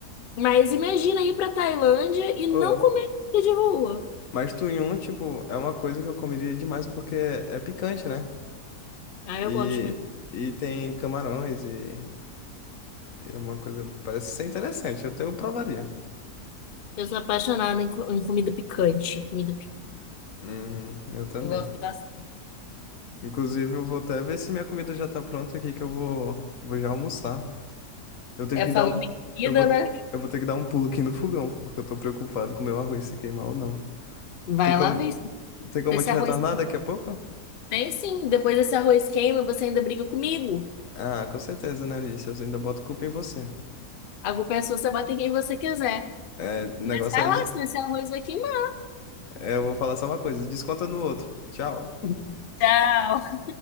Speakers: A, on the left; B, on the left.
A: Mas imagina ir pra Tailândia e não
B: Oh,
A: comer comida de rua.
B: mas tunhum, tipo, é uma coisa que eu comeria demais porque é picante, né?
A: Ah,
B: E,
A: eu gosto muito.
B: e tem camarões e, e é uma coisa, parece ser interessante, eu até eu provaria.
A: Eu sou apaixonada em, co- em comida picante. Comida picante.
B: Uhum, eu também.
A: Eu gosto bastante.
B: Inclusive, eu vou até ver se minha comida já tá pronta aqui, que eu vou, vou já almoçar. Eu tenho
A: É
B: que
A: falando
B: dar um,
A: em comida,
B: eu vou,
A: né?
B: eu vou ter que dar um pulo aqui no fogão, porque eu tô preocupado com o meu arroz se queimar ou não.
A: Vai
B: Tem como,
A: lá ver se
B: tem como
A: esse
B: eu te
A: arroz
B: retornar daqui a pouco?
A: tem sim. Depois desse arroz queima, você ainda briga comigo.
B: Ah, com certeza, né, Alice? Eu ainda boto culpa em você.
A: A culpa é sua, você bate em quem você quiser.
B: É, o negócio
A: Mas vai
B: é,
A: lá,
B: des-
A: senão esse arroz vai queimar.
B: é, eu vou falar só uma coisa, desconta no outro. Tchau.
A: Tchau.